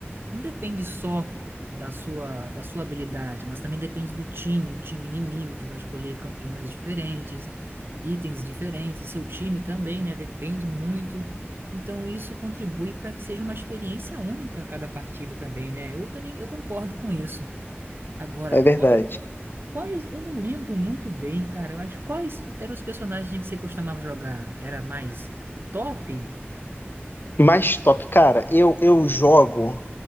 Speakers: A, on the right (about 55°); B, on the left (about 50°).
A: não depende só da sua, da sua habilidade, mas também depende do time, o time inimigo que vai escolher campeões diferentes, itens diferentes, seu time também, né? Depende muito. Então isso contribui para que seja uma experiência única a cada partida também, né? Eu também eu concordo com isso. Agora,
B: é verdade.
A: quais, quais eu não lembro muito bem, cara, mas quais eram os personagens que você costumava jogar? Era mais top?
B: Mas top, cara, eu, eu jogo